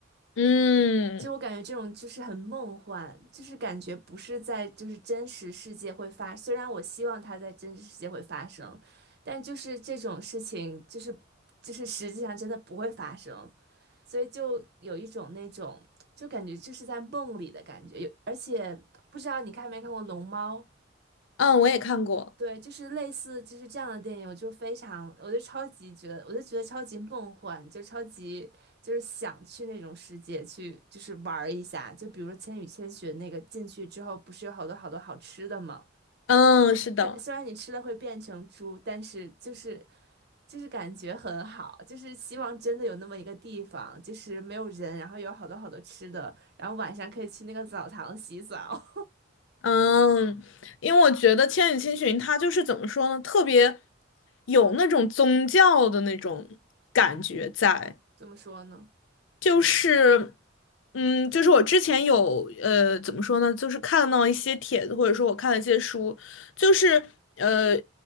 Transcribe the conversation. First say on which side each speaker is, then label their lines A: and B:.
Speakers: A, on the left (about 70°); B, on the right (about 55°).
A: 嗯
B: 就我感觉这种就是很梦幻，就是感觉不是在就是真实世界会发，虽然我希望它在真实世界会发生，但就是这种事情就是就是实际上真的不会发生，所以就有一种那种就感觉就是在梦里的感觉，有而且不知道你看没看过《龙猫》。
A: 嗯，我也看过，
B: 对，就是类似就是这样的电影，我就非常，我就超级觉得，我就觉得超级梦幻，就超级就是想去那种世界去，就是玩儿一下。就比如说《千与千寻》那个进去之后，不是有好多好多好吃的吗？
A: 嗯，是的。
B: 对，虽然你吃了会变成猪，但是就是就是感觉很好，就是希望真的有那么一个地方，就是没有人，然后有好多好多吃的，然后晚上可以去那个澡堂洗澡。
A: 嗯，因为我觉得《千与千寻》它就是怎么说呢，特别有那种宗教的那种感觉在，
B: <laughs> 怎么说呢？
A: 就是，嗯，就是我之前有呃怎么说呢，就是看到一些帖子，或者说我看了一些书，就是呃